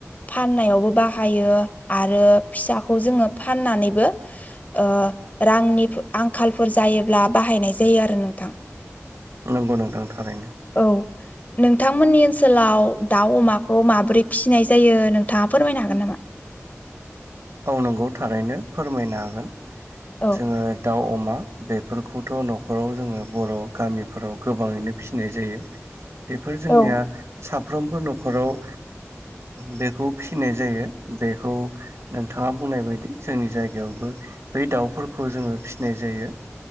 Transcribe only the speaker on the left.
फाननायावबो बाहायो आरो फिसा खौ जोङो फाननानैबो ओ रांनिफो आंखालफोर जायोब्ला बाहायनाय जाय <unintelligible> आरो नोंथां।
औ नोंथांमोननि ओनसोल सोलाव दाउ अमाखौ माबोरै फिसिनाय जायो नोंथाङा फोरमायनो हागोन नामा?
औ
औ